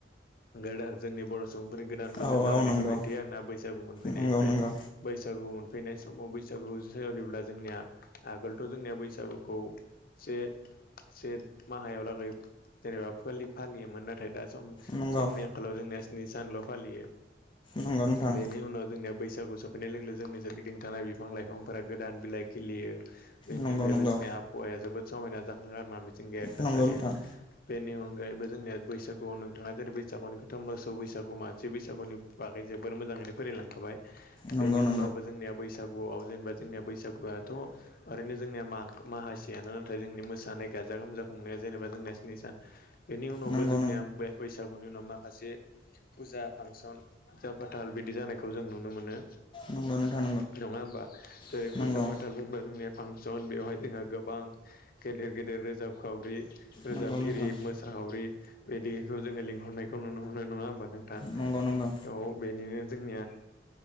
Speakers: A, on the left; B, on the left.
A: गोदान जोंनि बर' सुबुंफोरनि गोदान बोसोर
B: औ
A: जागायनायखौ
B: औ नंगौ
A: दिन्थियो आरोना बैसागु मोनफैनायनिफ्राय
B: नंगौ नंगौ
A: बैसागु मोनफैनाय समाव बैसागु सोलिब्ला जोंनिया आगोलथ' जोंनिया बैसागुखौ से से माहायाव लागै जेनेबा फोलि-फालियोमोन नाथाय दा सम-समनि
B: नंगौ
A: आंखालाव जोंनिया स्नि सानल' फालियो
B: नंगौ नोंथां
A: बेनि उनाव जोंनिया बैसागु सम नाय लोगो लोगो जोंनि सोरगिदिं थानाय बिफां लाइफांफोरा गोदान बिलाइ खिलियो बेनि
B: नंगौ
A: अनगायैबो
B: नंगौ
A: जोंनिया आब हावाया जोबोद समायना जाखाङो आरोना मिथिंगायारि थासारिया
B: नंगौ नोंथां
A: बेनि अनगायैबो जोंनिया बैसागुआव नोंथाङा जेरै बैसागुनि खोथा मोसौ बैसागु मानसि बैसागुनि बागै जोबोर मोजाङैनो फोरोलांखाबाय बेनि
B: नंगौ नंगौ
A: उनावबो जोंनिया बैसा बगुआव जेनेबा जोंनि बैसागुआथ' ओरैनो जोंनिया मा माहासेयानो नाथाय जोंनि मोसानाय गाजा गोमजा खुंनाया जेनेबा जोंनिया स्नि सान बेनि उनावबो
B: नंगौ
A: जोंनिया
B: नंगौ
A: बे बैसागुनि उनाव माखासे फुजा फांसन फुजा फाथाल बिदि जानायखौ जों नुनो मोनो
B: नंगौ नोंथां
A: नङा होमबा जेरै
B: नंगौ
A: फुजा फाथाल बुंबा जोंनिया फांसन बेवहाय जोंहा गोबां गेदेर गेदेर रोजाबखावरि रोजाबगिरि
B: नंगौ नोंथां
A: मोसा साखावरि बिदिखौ जोङो लिंहरनायखौ नुनो मोनो नङा होमबा नों थां
B: नंगौ नंगौ
A: औ बेनिनो जोंनिया